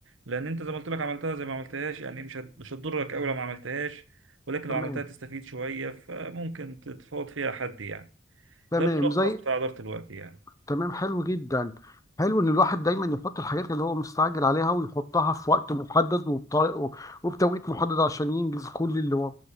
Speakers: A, on the right (about 80°); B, on the left (about 15°).
A: لأن أنت زي ما قلت لك عملتها زي ما عملتهاش يعني مش هت- مش هتضرك أوي لو ما عملتهاش ولكن
B: تمام
A: لو عملتها تستفيد شوية فممكن تتفاوض فيها حد يعني
B: تمام
A: ده الملخص
B: زي
A: بتاع إدارة الوقت يعني
B: تمام حلو جدا حلو ان الواحد دايما يحط الحاجات اللي هو مستعجل عليها ويحطها في وقت محدد وبطريقه وبتوقيت محدد عشان ينجز كل اللي هو